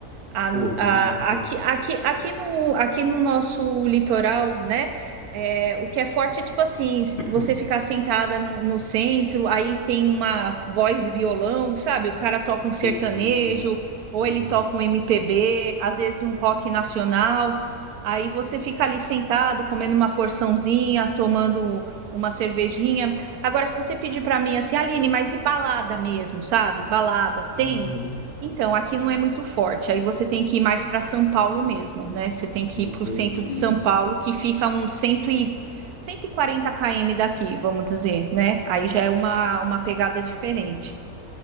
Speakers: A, on the right; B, on the left.
A: A-
B: pô, que
A: a-
B: massa.
A: aqui, aqui, aqui, no, aqui no nosso litoral, né? é, o que é forte é tipo assim, se você
B: Hum,
A: ficar sentada no, no centro, aí tem uma voz e violão, sabe? O cara toca
B: Entendi.
A: um sertanejo, ou
B: Sim.
A: ele toca um MPB, às vezes um rock nacional. Aí você fica ali sentado, comendo uma porçãozinha, tomando uma cervejinha. Agora, se você pedir para mim assim, Aline, mas e balada mesmo, sabe? Balada, tem?
B: Uhum.
A: Então, aqui não é muito forte. Aí você tem que ir mais para São Paulo mesmo, né? Você tem que
B: Entendi,
A: ir para o centro de São Paulo, que fica uns 100 e... 140 km daqui, vamos dizer, né? Aí já é uma, uma pegada diferente.